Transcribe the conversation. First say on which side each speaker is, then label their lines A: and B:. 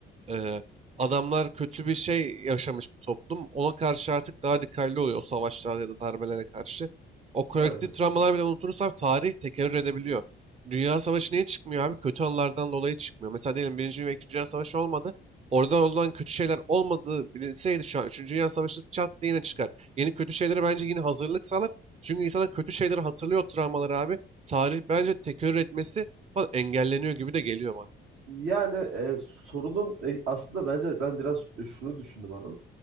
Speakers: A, on the right (about 35°); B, on the right (about 80°).
A: Ee, adamlar kötü bir şey yaşamış bir toplum. Ona karşı artık daha dikkatli oluyor o savaşlarda ya da darbelere karşı. O kolektif
B: Evet, evet.
A: travmalar
B: Ya.
A: bile unutursak tarih tekerrür edebiliyor. Dünya Savaşı niye çıkmıyor abi? Kötü anılardan dolayı çıkmıyor. Mesela diyelim Birinci ve İkinci Dünya Savaşı olmadı. Orada olan kötü şeyler olmadığı bilinseydi şu an Üçüncü Dünya Savaşı çat diye yine çıkar. Yeni kötü şeylere bence yine hazırlık sağlar. Çünkü insanlar kötü şeyleri hatırlıyor o travmaları abi. Tarih bence tekerrür etmesi falan engelleniyor gibi de geliyor bana.
B: Yani e, sorunun e, aslında bence ben biraz e, şunu düşündüm hanım.